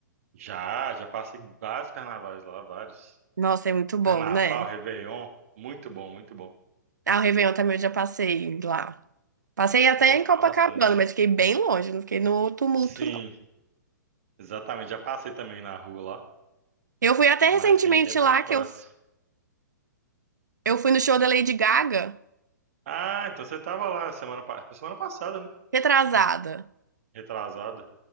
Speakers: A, on the right; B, on the right.
A: Já, já passei vários carnavais lá, vários.
B: Nossa, é muito bom,
A: Carnaval,
B: né?
A: Réveillon, muito bom, muito bom.
B: Ah, o Réveillon também eu já passei lá. Passei até
A: Gosto
B: em Copacabana,
A: bastante.
B: mas fiquei bem longe, não fiquei no tumulto,
A: Sim,
B: não.
A: exatamente. Já passei também na rua lá,
B: Eu fui até
A: mas
B: recentemente
A: tem tempo
B: lá,
A: que eu não
B: que
A: passo.
B: eu, eu fui no show da Lady Gaga,
A: Ah, então você tava lá semana, pa- semana passada, né?
B: retrasada.
A: Retrasada.